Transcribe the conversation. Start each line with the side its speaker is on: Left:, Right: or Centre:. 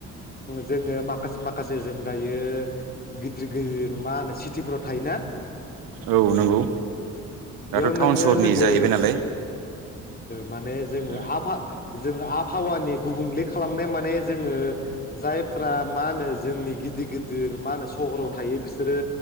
Left: जोङो माखासे म माखासे जों दायो गिदिर गिदिर मा होनो सिटिफ्राव थायोना? <unintelligible>
Right: औ नंगौ
Left: बेयाव
Right: दाथ'
Left: नोङो
Right: टाउन सहरनि
Left: लोगो
Right: जाहैबाय नालाय
Left: माने जोङो
Right: उम
Left: आफा जोङो आब आहावानि गुबुंले खालामनाय माने जोङो जायफ्रा मा होनो जोंनि गिदिर गिदिर मा होनो सहराव थायो बिसोरो